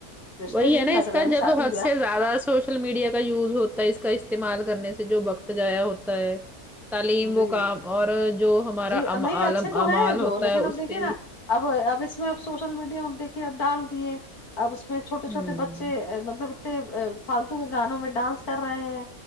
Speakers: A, on the left (about 85°); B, in the centre.
A: رشتے
B: وہی
A: بھی
B: ہے نا
A: لگ
B: اس
A: رہے
B: کا
A: ہیں
B: جب
A: شادی
B: حد
A: بیاہ
B: سے زیادہ سو شل میڈیا کا یوز ہوتا ہے اس کا استعمال کرنے سے جو وقت ضائع ہوتا ہے تعلیم
A: جی
B: وہ کام اور جو ہمارا
A: جی
B: ام
A: نہیں اچھے
B: الم
A: تو
B: اعمال
A: ہیں جو
B: ہوتا
A: لیکن
B: ہے
A: اب
B: اس
A: دیکھیے
B: پہ
A: نا
B: بھی
A: اب اب اس میں اب سوشل میڈیا میں اب دیکھیے اب ڈال دیے اب اس میں چھوٹے چھوٹے
B: ہوں
A: بچے مطلب اتنے فالتو کے گانوں میں ڈانس کر رہے ہیں